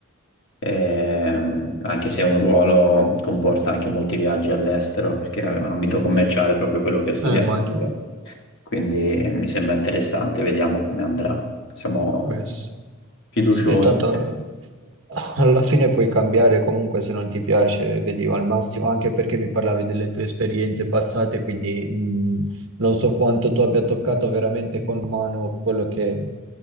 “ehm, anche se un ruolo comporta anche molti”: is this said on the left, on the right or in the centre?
Left